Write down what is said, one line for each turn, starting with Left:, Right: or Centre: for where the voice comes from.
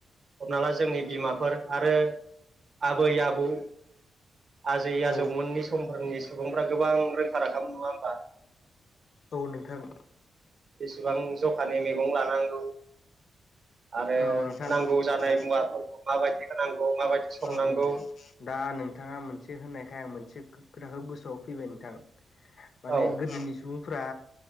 Right: हमना ला जोंनि बिमाफोर आरो आबै आबौ आजै
Left: औ
Right: आजौमोननि समफोरनि सुबुंफ्रा गोबां रोंखा राखा मोन नङा होमबा?
Left: औ नोंथां।
Right: बेसेबां जखानि मैगं लानांगौ। आरो
Left: औ नोंथां
Right: नांगौ जानाय
Left: दा
Right: मुवाफोरखौ माबायदि होनांगौ। माबायदि संनांगौ
Left: औ दा नोंथाङा मोनसे होननायखाय आं मोनसे खो खोथाखौ गोसोआव फैबाय नोंथां माने
Right: औ
Left: गोदोनि सुबुंफ्रा